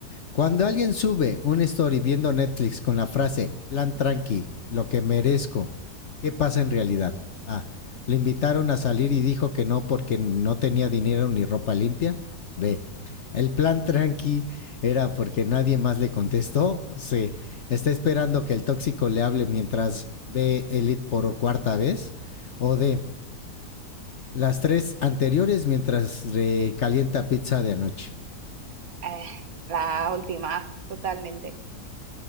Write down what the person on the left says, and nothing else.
Cuando alguien sube un story viendo Netflix con la frase plan tranqui, lo que merezco, ¿qué pasa en realidad? A. Le invitaron a salir y dijo que no porque no tenía dinero ni ropa limpia. B. El plan tranqui era porque nadie más le contestó. C. Está esperando que el tóxico le hable mientras ve Elite por cuarta vez. O D. Las tres anteriores mientras recalienta pizza de anoche.